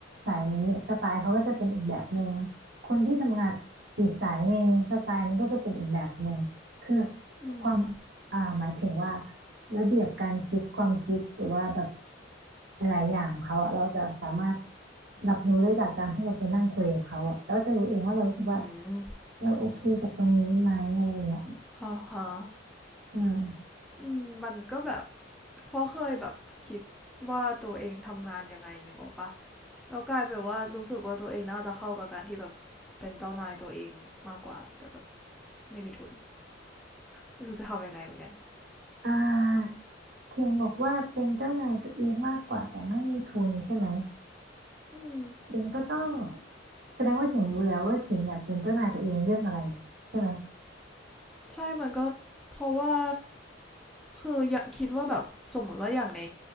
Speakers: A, on the right; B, in the centre.
A: สายนี้สไตล์เขาก็จะเป็นอีกแบบหนึ่งคนที่ทำงานอีกสายหนึ่งสไตล์มันก็จะเป็นอีกแบบหนึ่งคือ
B: อืม
A: ความอ่าหมายถึงว่าระเบียบการคิดความคิดหรือว่าแบบหลายๆอย่างของเขาอะเราจะสามารถรับรู้ได้จากการที่เราไปนั่งคุยกับเขาอะแล้วจะรู้เองว่าเรารู้สึกว่า
B: อืม
A: เราโอเคกับตรงนี้ไหมอะไรอย่างเงี้ย
B: อ่าฮะ
A: อืม
B: อืมมันก็แบบเพราะเคยแบบคิดว่าตัวเองทำงานยังไงนึกออกปะ แล้วกลายเป็นว่ารู้สึกว่าตัวเองน่าจะเข้ากับการที่แบบเป็นเจ้านายตัวเองมากกว่าแต่แบบไม่มีทุนไม่รู้จะทำยังไงเหมือนกัน
A: อ่า เพียงบอกว่าเป็นเจ้านายตัวเองมากกว่าแต่ไม่มีทุนใช่ไหม
B: อืม
A: ถิงก็ต้องแสดงว่าถิงรู้แล้วว่าถิงอยากเป็นเจ้านายตัวเองเรื่องอะไรใช่ไหม
B: ใช่มันก็เพราะว่าคืออยากคิดว่าแบบสมมติว่าอย่างใน